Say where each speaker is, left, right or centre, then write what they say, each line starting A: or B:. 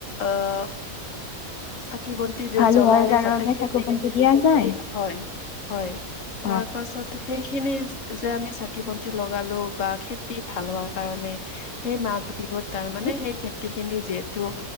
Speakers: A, on the left; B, on the left.
A: আহ চাকি খেতি
B: ভাল
A: জ্বলাই
B: হোৱাৰ
A: যাতে
B: কাৰণে
A: খেতি
B: চাকু বন্তি দিয়া যায়,
A: হয় হয় তাৰ
B: অ',
A: পাছত সেইখিনি যে আমি চাকি বন্তি লগালোঁ বা খেতি ভাল হোৱাৰ কাৰণে সেই মাক বিহুত তাৰ
B: হয়,
A: মানে সেই খেতি খিনি যিহেতু